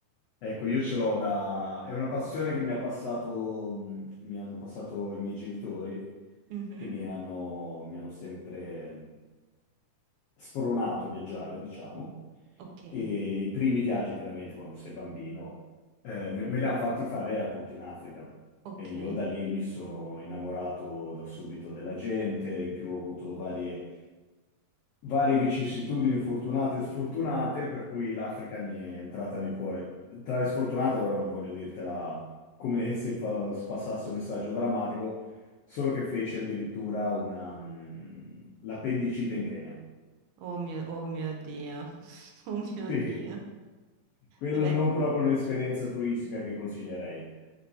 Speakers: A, on the left; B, on the right.
A: Ecco, io ce l'ho da... È una passione che mi ha passato, mh, mi hanno passato i miei genitori,
B: Mhm.
A: che mi hanno, mi hanno sempre spronato a viaggiare, diciamo.
B: Ok,
A: E i primi viaggi, chiaramente, quando sei bambino, eh, me me li hanno fatti fare appunto in Africa.
B: ok.
A: E io da lì mi sono innamorato da subito della gente, in più ho avuto varie varie vicissitudini fortunate e sfortunate, per cui l'Africa mi è entrata nel cuore. Tra le sfortunate, ora non voglio dirtela come se fa- passasse un messaggio drammatico, solo che fece addirittura una, mm, l'appendicite in Kenya.
B: Oh mio, oh mio Dio, <laughs> oh mio
A: Sì,
B: Dio.
A: quello
B: Dove-
A: non proprio un'esperienza turistica che consiglierei.